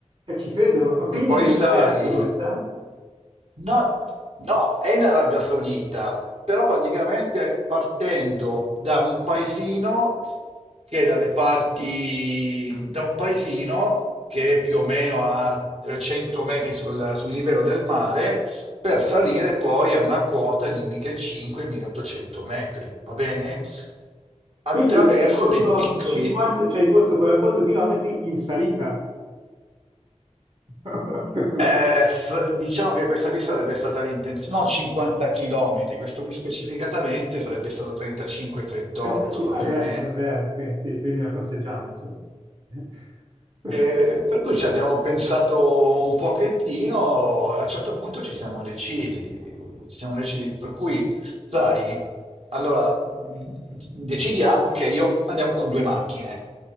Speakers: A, on the right; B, on the right.
A: Eh, ci credo, ma ma quindi
B: E poi
A: nel deserto
B: sai,
A: questa?
B: no, no, è in Arabia Saudita, però praticamente partendo da un paesino che è dalle parti, da un paesino che è più o meno a 300 metri sul sul livello del mare, per salire poi a una quota di 1500-1800 metri, va bene? Attraverso
A: Quindi hai corso
B: dei piccoli,
A: 50, cioè hai corso 48 km in salita. <laughs> Tutto.
B: eh, s- diciamo che questa qui sarebbe stata l'intenzione, non 50 km, questo qui specificatamente sarebbe stato 35-38,
A: 45
B: va
A: Ah
B: bene?
A: beh, eh, beh, quindi sì, quindi una passeggiata, insomma. <laughs>
B: E per cui ci abbiamo pensato un pochettino e a un certo punto ci siamo decisi, ci siamo decisi, per cui, sai, allora mh, decidiamo che io andiamo con due macchine.